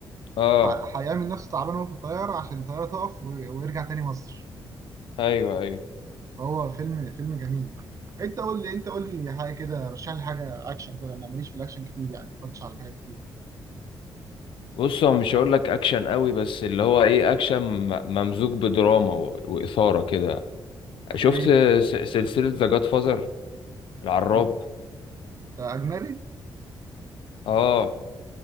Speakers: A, on the left (about 80°); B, on the right (about 40°).
A: اه
B: ه- هيعمل نفسه تعبان وهو في الطياره عشان الطياره تقف و... ويرجع تاني مصر
A: ايوه ايوه
B: فهو فيلم فيلم جميل انت قول لي انت قول لي حاجه كده رشح لي حاجه اكشن كده انا ماليش في الاكشن كتير يعني ما اتفرجتش على حاجات كتير
A: بص هو مش هقول لك اكشن قوي بس اللي هو ايه اكشن م- ممزوج بدراما و- واثاره كده
B: طب
A: شفت
B: ايه
A: س- سلسله ذا جاد فازر العراب
B: انت اجنبي
A: اه